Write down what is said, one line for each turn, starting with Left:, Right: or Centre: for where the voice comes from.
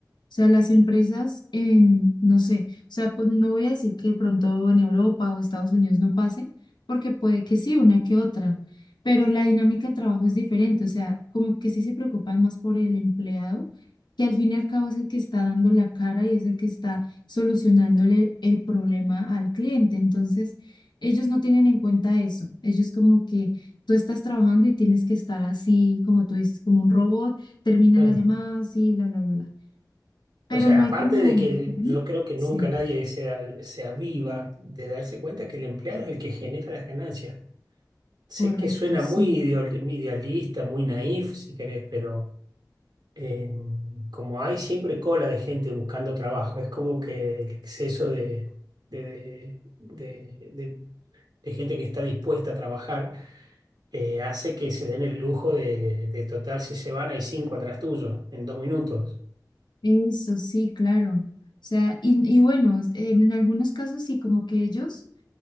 Left: O sea, las empresas en, no sé, o sea, pues, no voy a decir que de pronto en Europa o Estados Unidos no pase, porque puede que sí, una que otra, pero la dinámica de trabajo es diferente, o sea, como que sí se preocupan más por el empleado, que al fin y al cabo es el que está dando la cara y es el que está solucionándole el problema al cliente. Entonces, ellos no tienen en cuenta eso. Ellos como que tú estás trabajando y tienes que estar así, como tú dices, como un robot, termina
Right: Claro.
Left: la llamada así, bla, bla, bla, bla. Pero
Right: O sea,
Left: no hay
Right: aparte
Left: como...
Right: de que
Left: Ujú.
Right: yo creo que nunca
Left: Sí,
Right: nadie se, a- se aviva de darse cuenta que el empleado es el que genera las ganancias. Sé
Left: correcto,
Right: que suena
Left: sí.
Right: muy ideo- idealista, muy naif, si querés, pero... eh, como hay siempre cola de gente buscando trabajo, es como que el exceso de, de- de- de- de- de gente que está dispuesta a trabajar eh, hace que se den el lujo de, de total, si se van, hay cinco atrás tuyo en dos minutos.
Left: Eso sí, claro. O sea, y, y bueno, en, en algunos casos sí, como que ellos